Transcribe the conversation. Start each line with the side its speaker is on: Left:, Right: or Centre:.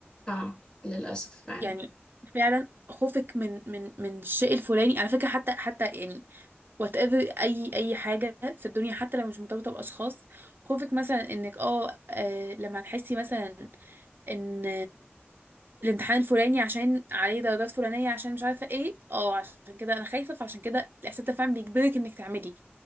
Left: اه للأسف فعلا
Right: يعني فعلا خوفك من من من الشيء الفلاني على فكره حتى حتى يعني وات ايفر اي اي حاجه في الدنيا حتى لو مش مرتبطه باشخاص خوفك مثلا انك اه آه، لما تحسي مثلا ان الامتحان الفلاني عشان عليه درجات فلانية عشان مش عارفة ايه اه عشان كده انا خايفة فعشان كده الاحساس ده فعلا بيجبرك انك تعملي